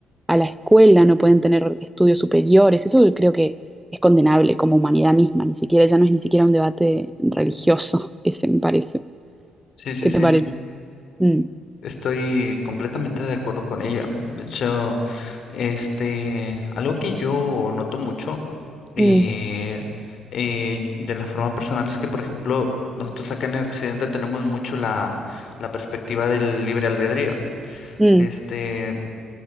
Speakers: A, in the centre; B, on the left.
A: a la escuela, no pueden tener estudios superiores. Eso creo que es condenable como humanidad misma, ni siquiera ya no es ni siquiera un debate religioso, <laughs> ese me parece.
B: Sí, sí,
A: ¿Qué
B: sí.
A: te parece? Mm,
B: Estoy completamente de acuerdo con ella. De hecho, este, algo que yo noto mucho eh,
A: mm,
B: eh, de la forma personal es que, por ejemplo, nosotros acá en el occidente tenemos mucho la, la perspectiva del libre albedrío.
A: mm,
B: Este,